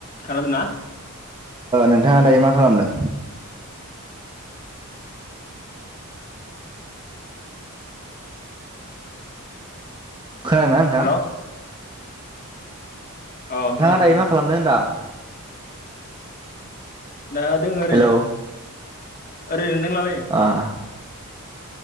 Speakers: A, on the left; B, on the right.
A: खानादों ना?
B: नोंथाङा दायो मा खालामदों? खोनादोंना नोंथां
A: हेल'? अ
B: नोंथाङा
A: खोनादों
B: दायो
A: खोनादों
B: मा खालामदों होनदां?
A: दा दोङ ओरैनो
B: हेलौ
A: ओरैनो दोंलाबायो।
B: अह।